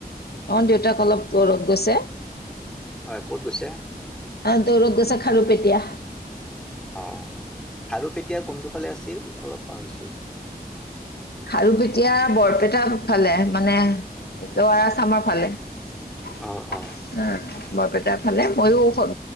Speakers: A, on the left; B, in the centre.
A: অ' দেউতাক অলপ ক'ৰত গৈছে।
B: হয়, ক'ত গৈছে?
A: আ, দৌৰত গৈছে খাৰুপেটিয়া।
B: অ' খাৰুপেটিয়া কোনটো ফালে আছিল অলপ পাহৰিছোঁ।
A: খাৰুপেটীয়া বৰপেটাৰ ফালে, মানে লৱাৰ আচামৰ ফালে।
B: অ
A: <inaudible>
B: অ
A: বৰপেটাৰ ফালে, ময়ো উ,